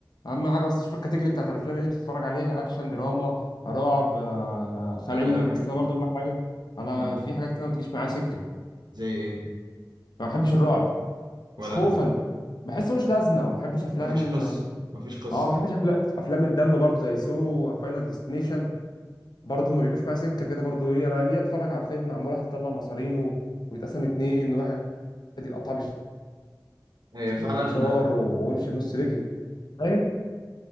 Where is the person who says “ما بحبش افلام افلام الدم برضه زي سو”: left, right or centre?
Left